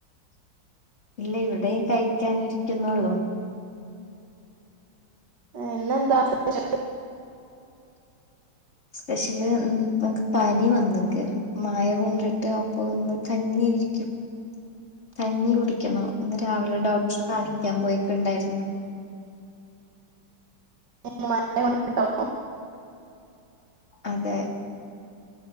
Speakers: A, on the left; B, on the right.
A: ഇല്ലേയ് ഇവിടെയും കഴിക്കാനിരിക്കുന്നുള്ളൂ
B: ഏഹ് ഇന്നെന്താ സ്പെഷ്യൽ <inaudible>
A: സ്പെഷ്യല് നമക്ക് പനി വന്നിക്ക് മയ കൊണ്ടിട്ട് അപ്പൊ ഇ ന്ന് കഞ്ഞിയെരിക്കും
B: <inaudible>
A: കഞ്ഞി കുടിക്കണം ഇന്ന് രാവിലെ ഡോക്ടറെ കാണിക്കാ പോയിട്ടുണ്ടായിരുന്നു
B: <unintelligible> മഴ കൊണ്ടിട്ടാണോ
A: അതെ